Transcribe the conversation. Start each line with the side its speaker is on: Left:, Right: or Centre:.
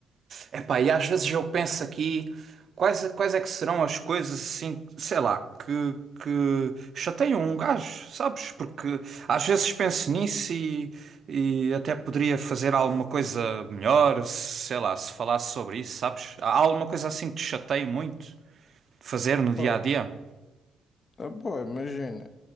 Right: Epá, e às vezes eu penso aqui quais, quais é que serão as coisas assim, sei lá, que, que chateiam um gajo, sabes? Porque às vezes penso nisso e, e até poderia fazer alguma coisa melhor, sei lá, se falasse sobre isso, sabes? Há alguma coisa assim que te chateia muito de fazer no dia
Left: pá,
Right: a dia?
Left: ah, pá, imagina,